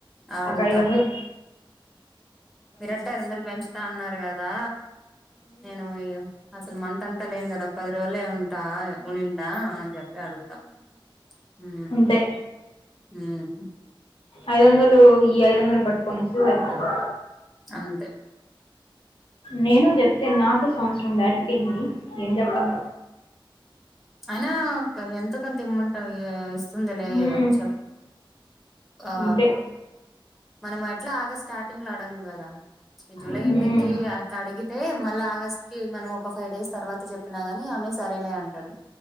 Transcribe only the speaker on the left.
ఒక ఐదొందల్
అంతే
ఐదొందలు ఈ ఐదొందలు పట్టుకోనిస్తే సరిపోతది
నేను చెప్తే నాకు సంవత్సరం దాటిపోయింది ఏం చెప్పలో
ఉమ్,
అంతే
ఉమ్,